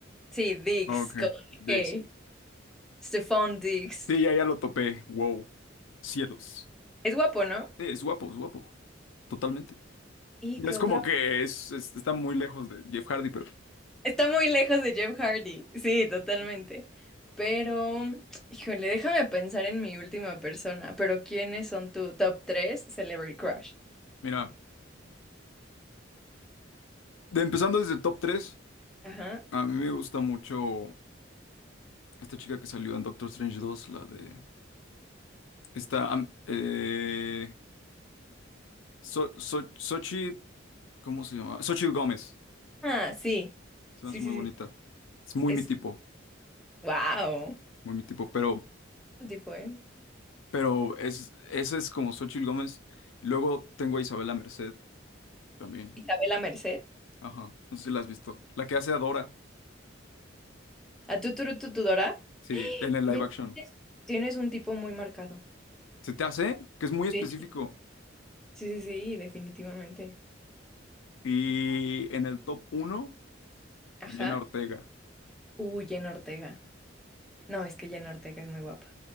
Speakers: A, in the centre; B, on the left (about 85°).
A: Sí, Diggs,
B: Ok,
A: con
B: Dix.
A: G. Stephon Diggs.
B: Sí, ya, ya lo topé. Wow. Cielos.
A: Es guapo, ¿no?
B: Sí, es guapo, es guapo. Totalmente.
A: ¿Y
B: Es
A: qué otra?
B: como que es, es- está muy lejos de Jeff Hardy, pero...
A: Está muy lejos de Jeff Hardy. Sí, totalmente. Pero, híjole, déjame pensar en mi última persona. Pero, ¿quiénes son tu top 3 Celebrity Crush?
B: Mira. De- empezando desde el top tres
A: Ajá.
B: a mí me gusta mucho esta chica que salió en Doctor Strange dos la de... Esta... am- eh, So- So- Xochitl- ¿Cómo se llama? Xochitl Gómez.
A: Ah, sí.
B: Se
A: Sí,
B: me hace
A: sí,
B: muy bonita.
A: sí.
B: Es muy
A: Es.
B: mi tipo,
A: ¡Wow!
B: muy mi tipo, pero,
A: Tipo, ¿eh?
B: pero es, esa es como Xochitl Gómez. Luego tengo a Isabela Merced también.
A: Isabela Merced.
B: Ajá, no sé si la has visto. La que hace a Dora,
A: ¿A tu turu tu, tu, Dora?
B: sí, en el live
A: Oye,
B: action.
A: tienes tienes un tipo muy marcado.
B: ¿Se te hace? Que es muy específico.
A: Sí. Sí, sí, sí, definitivamente.
B: Y en el top uno
A: Ajá.
B: Jenna Ortega.
A: Uh, Jenna Ortega. No, es que Jenna Ortega es muy guapa.